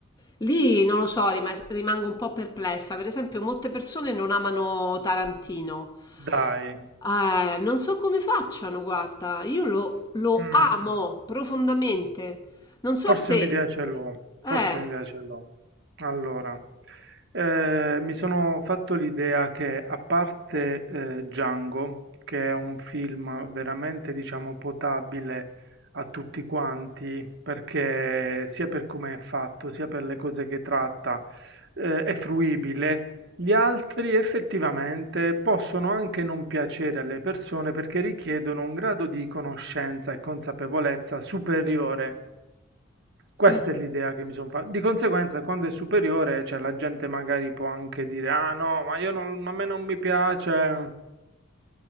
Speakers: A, on the left; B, on the right.
A: Lì non lo so, rim- rimango un po' perplessa. Per esempio, molte persone non amano Tarantino.
B: dai.
A: Eh, non so come facciano, guarda, io lo, lo
B: Mh,
A: amo profondamente. Non so
B: forse
A: te.
B: un'idea ce l'ho,
A: Eh.
B: forse un'idea ce l'ho. Allora, ehm, mi sono fatto l'idea che a parte, ehm, Django, che è un film veramente, diciamo, potabile a tutti quanti, perché sia per come è fatto, sia per le cose che tratta, ehm, è fruibile, Gli altri effettivamente possono anche non piacere alle persone perché richiedono un grado di conoscenza e consapevolezza superiore. Questa
A: mm.
B: è l'idea che mi sono fatta. Di conseguenza, quando è superiore, cioè, la gente magari può anche dire: Ah no, ma io non, a me non mi piace.